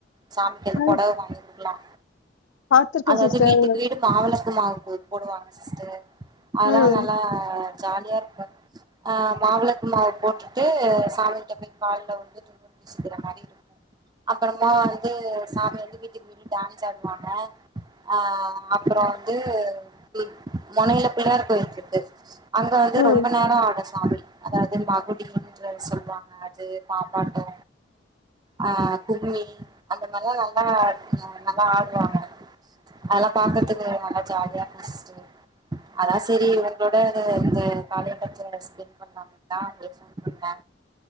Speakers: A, on the right; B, on the left.
A: சாமிக்களுக்கு
B: ஆ
A: அது பொடவை வாங்கி குடுக்கலாம்
B: பாத்துருக்கே
A: அதாவது
B: சிஸ்டர்
A: வீட்டுக்கு வீடு மாவிளக்கு மாவு போடுவாங்க சிஸ்டர் அதெல்லா
B: ம்
A: நல்லா ஜாலியா இருக்கு ஆ மாவிளக்கு மாவ போட்டுட்டு சாமி கிட்ட போய் கால்ல விழுந்து துந்நூரு பூசிக்கிற மாரி இருக்கும் அப்பறமா வந்து சாமி வந்து வீட்டுக்கு வீட்டு டான்ஸ் ஆடுவாங்க அ அப்றோ வந்து ம் மொனையில பிள்ளையார் கோவில் இருக்கு அங்க வந்து
B: ம்
A: ரொம்ப நேரம் ஆடும் சாமி அதாவது மகுடின்ற சொல்லுவாங்க அது பாம்பாட்டோ அ கும்மி அந்த மாரிலா நல்லா நல்லா ஆடுவாங்க அதெல்லா பாக்கறதுக்கு நல்லா ஜாலியா இருக்கு சிஸ்டர் அதா சேரி உங்களோட இந்த காளிய பத்தி எக்ஸ்பிளைன் பண் ணலாமேனுதா உங்களுக்கு ஃபோன் பண்ண